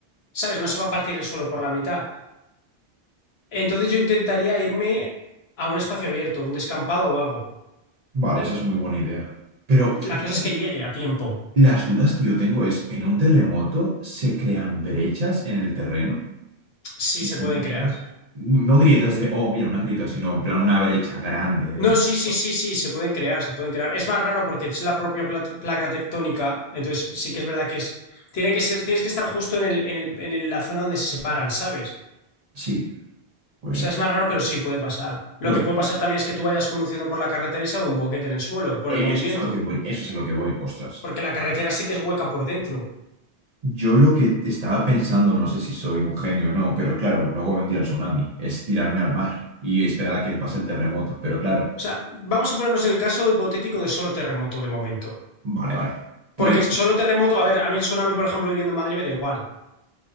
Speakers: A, on the left; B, on the right.
A: ¿sabes? No se va a partir el suelo por la mitad. Entonces yo intentaría irme a un espacio abierto, un descampado o algo.
B: Vale, esa es muy buena idea. Pero
A: La
B: yo-
A: cosa es que llegue a tiempo,
B: las dudas que yo tengo es, ¿en un terremoto se crean brechas en el terreno?
A: si
B: ¿En
A: se
B: plan
A: pueden
B: Grietas.
A: crear.
B: No grietas de, oh, mira, una grieta, sino en plan una brecha grande de...
A: No, sí, sí,
B: oh,
A: sí, sí, se pueden crear, se pueden crear. Es más raro porque es la propia pla- placa tectónica, entonces sí que es verdad que es, tiene que ser, tienes que estar justo en el, en el- en el- la zona donde se separan, ¿sabes?
B: Sí, pues...
A: O sea, es más raro, pero sí puede pasar. Lo
B: lo-
A: que puede pasar también es que tú vayas conduciendo por la carretera y salga un boquete en el suelo por
B: Eso
A: el movimiento,
B: es a lo que voy, eso es a lo que voy, ostras.
A: porque la carretera sí que es hueca por dentro.
B: Yo lo que estaba pensando, no sé si soy un genio o no, pero claro, luego vendría el tsunami, es tirarme al mar y esperar a que pase el terremoto, pero claro,
A: O sea, vamos a ponernos el caso hipotético de solo terremoto de momento.
B: vale, vale. Pues
A: Porque solo terremoto, a ver, a mí el tsunami, por ejemplo, viviendo en Madrid me da igual.